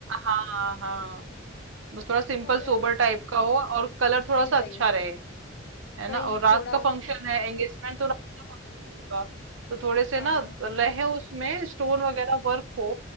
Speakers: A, on the right; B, on the left.
A: हाँ हाँ बस थोड़ा सिंपल
B: और अ,
A: सोबर टाइप का हो और कलर थोड़ा
B: वही वही
A: सा अच्छा रहे है ना
B: वही
A: और रात
B: थोड़ा
A: का फंक्शन है एंगेजमेंट तो रात का फंक्शन है उनका तो थोड़े से
B: हाँ
A: ना रहे उसमें स्टोन वगैरह वर्क हो